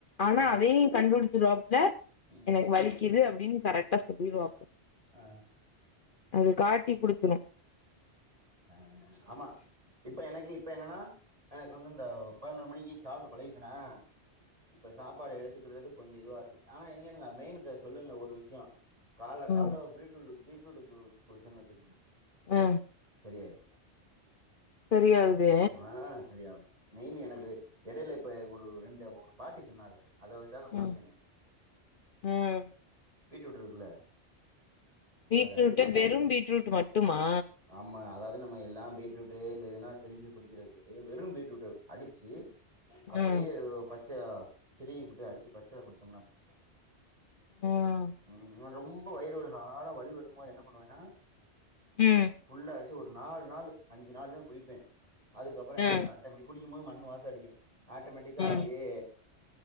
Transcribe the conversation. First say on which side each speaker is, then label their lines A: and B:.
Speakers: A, on the left (about 55°); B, on the right (about 30°).
A: ஆனா
B: ம்
A: அதையு நீ கண்டுபிடித்துருவாப்ல
B: ம்
A: எனக்கு வலிக்குது அப்டின்னு கரெக்டா சொல்லிவாப்ள
B: ஆ
A: அது காட்டி குடுத்துரு
B: அ ஆமா இப்ப எனக்கு இப்ப என்னன்னா எனக்கு வந்து இந்த பதினொரு மணிக்கு சாப்ட்டு பழகிட்டனா இப்ப சாப்பாடு எடுத்துக்கிறது கொஞ்சோ இதுவா இருக்கு ஆனா எ என்யேன்ங்க மெயின்க்கு சொல்லுங்க ஒரு விஷியோ கால்ல கால்ல
A: ம்
B: பிருட் ட்டுடூ பீட்ரூட் ஜூஸ் குடிச்சே வச்சுக்குங்க
A: ம்
B: சரியாயிரு
A: சரியாகுது
B: ஆ சரியாவு மெயின் எனக்கு எடையில இப்ப ஒரு ரெண்டு ஒரு பாட்டி சொன்னாக அத வச்சுதாக குடிச்சன்னே
A: ம் ம்
B: பீட்ரூட் இருக்குல்ல
A: பீட்ரூட்டு
B: அதை அடிச்சு
A: வெறு பீட்ரூட் மட்டுமா
B: ஆமா அதாவுது நம்ம எல்லா பீட்ரூட்டு் இந்த இதல்லா செஞ்சு குடிக்கிறதுக்கு வெறு பீட்ரூட் அடிச்சு அப்டியே
A: ம்
B: பச்ச திருகிவுட்டு அடிச்சு பச்சில குடிச்சோம்னா போது
A: ம்
B: ம் ரொம்ப வயிறு வழி ஹாடா வழி வறுபோ என்ன பண்ணுவேன்னா
A: ம்
B: ஃபுல்லா அடுச்சு ஒரு நாலு நாள் அஞ்சு நாள் தா குடிப்பே அதுக்கப்றோ எனக்கு
A: அ
B: ஆற் அப்டி குடிக்கு போது மண் வாசோ அடிக்கு ஆட்டோமேட்டிக்கா அப்டியே
A: ம்